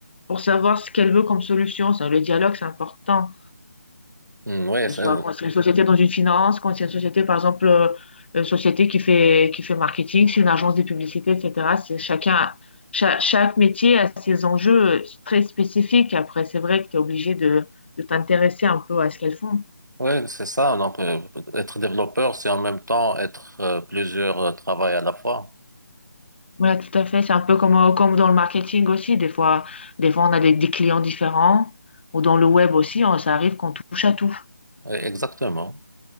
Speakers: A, on the left; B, on the right.
A: pour savoir ce qu'elle veut comme solution. Ça, le dialogue, c'est important.
B: Hmm, ouais,
A: Que
B: c'est,
A: ce soit quand c'est une société dans une finance, quand c'est une société, par exemple, euh, une société qui fait, qui fait marketing, c'est une agence de publicité, etc. C'est chacun, cha- chaque, métier a ses enjeux très spécifiques. Après, c'est vrai que tu es obligé de, de t'intéresser un peu à ce qu'elles font.
B: ouais, c'est ça. Donc, euh, être développeur, c'est en même temps être euh, plusieurs euh, travails à la fois.
A: Voilà, tout à fait. C'est un peu comme, euh, comme dans le marketing aussi. Des fois, des fois on a des, des clients différents. Ou dans le web aussi, on- ça arrive qu'on touche à tout.
B: Ouais, Exactement.